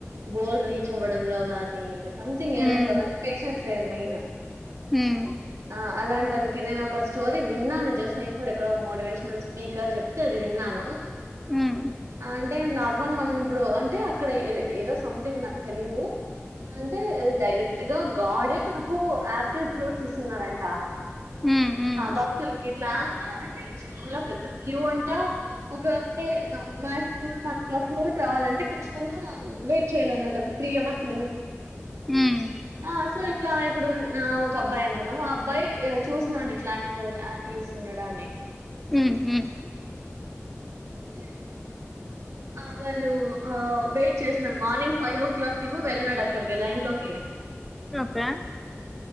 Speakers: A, on the right; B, in the centre.
A: గోల్ రీచ్ అవ్వడంలో సమ్థింగ్ ఏదంట్లో
B: ఉమ్
A: కానీ పేషన్స్ లేదు మైన్
B: ఉమ్
A: ఆ అలాంటి నేను ఒక స్టోరీ విన్నాను జస్ట్ నేను కూడా ఎక్కడో మోటివేషనల్ స్పీకర్ చెప్తే అది విన్నాను
B: ఉమ్
A: అంటే నార్మల్ మనం ఇప్పుడు అంటే అక్కడ ఏదో సంథింగ్ నాకు తెలీదు అంటే డైరెక్ట్ గా గడే మా ఎక్కువ ఆపిల్ ఫ్రూట్స్ ఇస్తున్నంట
B: ఉమ్ ఉమ్
A: భక్తులకి ఇట్లా అంతా అంటే చాలా పెద్ద క్యూ అంట ఒక అంటే మాక్సిమం మనకు ఫ్రూట్ కావాలంటే ఖచ్చితంగా వెయిట్ చేయాల అన్నమాట ఒక త్రీ అవర్స్
B: ఉమ్
A: ఆ సలిట్లా ఇప్పుడు ఆ ఒక అబ్బాయి అనుకుందాం ఆ అబ్బాయి చూన్నాడు ఇట్లాంటి ఆపిలి ఇస్తున్నాడా అని
B: ఉమ్ ఉమ్ ఉమ్
A: కుంట ఆ వాళ్ళు వెయిట్ చేసినడు మార్నింగ్ ఫైవ్ ఓ క్లాక్ ఏమో వెళ్ళన్నాడు అక్కడికి లైన్ లోకి
B: ఓకే